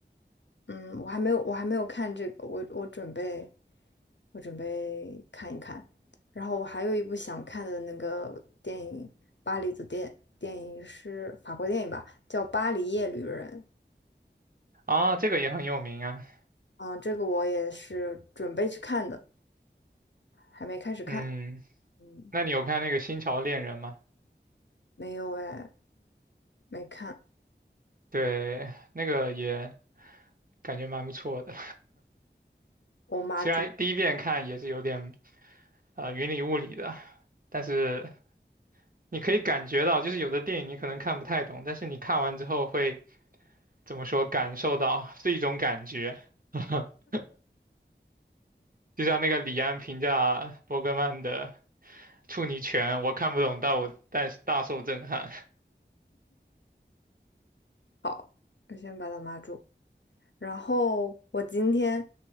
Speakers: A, on the left (about 75°); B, on the right (about 50°).
A: 嗯，我还没有我还没有看这个，我我准备我准备看一看。然后我还有一部想看的那个电影，巴黎的电电影是法国电影吧，叫《巴黎夜旅人》。
B: 啊。这个也很有名啊。
A: 嗯，这个我也是准备去看的，还没开始看。
B: 嗯，
A: 嗯，
B: 那你有看那个《新潮恋人》吗？
A: 没有哎，没看，
B: 对，那个也感觉蛮不错的，<laughs>
A: 我妈住
B: 虽然第一遍看也是有点呃云里雾里的，但是你可以感觉到，就是有的电影你可能看不太懂，但是你看完之后会。怎么说感受到，是一种感觉。<laughs> 就像那个李安评价伯格曼的《处女泉》，我看不懂，但我但是大受震撼。
A: 好，我先把它妈住。然后我今天